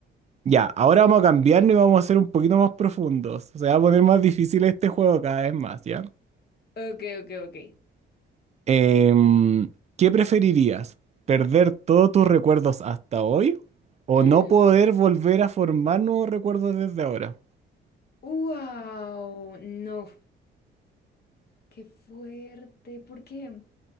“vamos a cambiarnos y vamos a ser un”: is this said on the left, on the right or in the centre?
Right